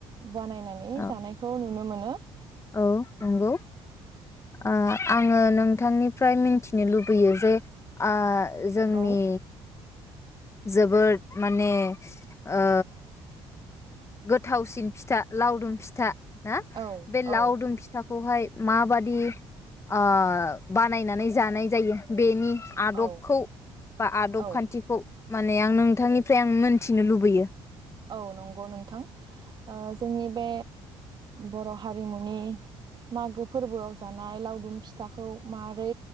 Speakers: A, on the right; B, on the left.
A: बानायनानै
B: औ
A: जानायखौ नुनो मोनो। हो
B: औ नंगौ आ आं आंङो नोंथांनिफ्राय मिनथिनो लुबैयो जे आ जोंनि
A: औ
B: जोबोद माने ओ गोथावसिन फिथा लावदुम फिथा। हा
A: औ
B: बे
A: औ
B: लाउदुम फिथा खौहाय माबादि ओ बानायनानै जानाय जायो बेनि आदबखौ
A: औ
B: बा आदब
A: औ
B: खान्थिखौ माने आं नोंथांनिफ्राय आं मोनथिनो लुबैयो।
A: औ नंगौ नोंथां ओ जोंनि बे बर' हारिमुनि मागो फोरबोआव जानाय लावदुम फिथाखौ मारै